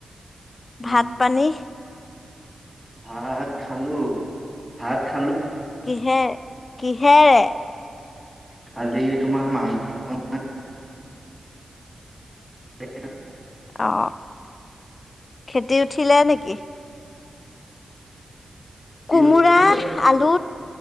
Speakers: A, on the right (about 15°); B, on the left (about 40°).
A: উম,
B: ভাত পানী
A: ভাত খালো ভাত খ
B: কিহে কিহেৰে
A: কালি তোমাৰ মাংস <unintelligible>
B: অ খেতি উঠিলে নেকি কোমোৰা
A: উঠিলে
B: আলু